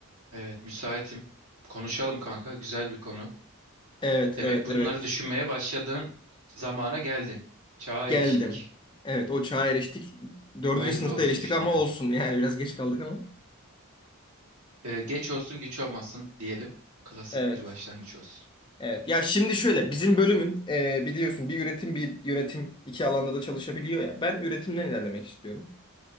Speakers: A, on the right; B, on the left.
A: Evet, müsaitim. Konuşalım kanka. Güzel bir konu.
B: Evet
A: Demek
B: evet
A: bunları
B: evet
A: düşünmeye başladığın zamana geldin. Çağa
B: geldim.
A: eriştik.
B: Evet o çağa eriştik. Dördüncü
A: Hayırlı
B: sınıfta
A: olsun
B: eriştik
A: şimdiden.
B: ama olsun <laughs> yani biraz geç kaldık ama.
A: Ee, geç olsun güç olmasın diyelim. Klasik
B: Evet,
A: bir başlangıç olsun.
B: evet. Ya şimdi şöyle bizim bölümün e, biliyorsun bir üretim bir yönetim iki alanda da çalışabiliyor ya. Ben üretimden ilerlemek istiyorum.